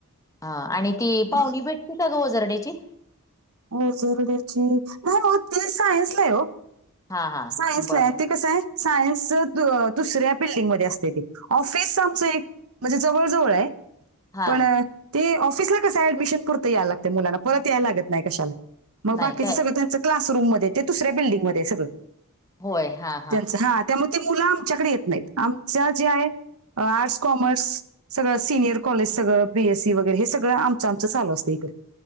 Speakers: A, on the left; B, on the right.
A: हा आणि ती
B: मग
A: पाहुणी भेटती का ग? वजरड्याची
B: हो, जरदेची नाही हो ते सायन्सला आहे वो.
A: हा हा
B: सायन्सला
A: बर
B: हाय ते कसं हाय सायन्सच दुसऱ्या बिल्डिंगमध्ये असतय ते, ऑफिस आमचं एक म्हणजे जवळ -जवळ हाय
A: हा
B: पण ते ऑफिसला कस ऍडमिशन पुुरता यायला लागते मुलाना परत यायला लागत नाही कशाला. मग
A: नाही
B: बाकीचं
A: काय
B: सगळं त्यांचं क्लासरूम मध्ये ते दुसऱ्या बिडिंगमध्ये सगळं
A: होय हा
B: त्यांच, हा त्यामुळे ते मुलं आमच्याकडे येत नाहीत आमच्या जे आहे आर्ट्स, कॉमर्स, सगळं सिनियर कॉलेज सगळं, बीएसी वगैर हे सगळं आमच, आमचं चालू असतय इकडे